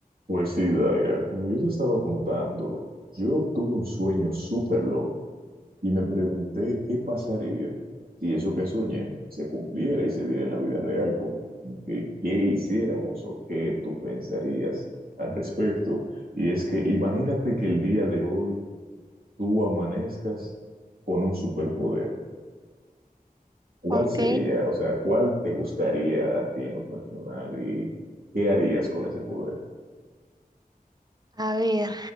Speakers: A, on the right (about 70°); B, on the right (about 25°).
A: Pues sí, Daira, como yo te estaba contando, yo tuve un sueño súper loco y me pregunté qué pasaría si eso que soñé se cumpliera y se diera en la vida real, como que qué hiciéramos o qué tú pensarías al respecto. Y es que imagínate que el día de hoy tú amanezcas con un superpoder. ¿Cuál
B: Ok,
A: sería? O sea, ¿cuál te gustaría a ti en lo personal y qué harías con ese poder?
B: a ver,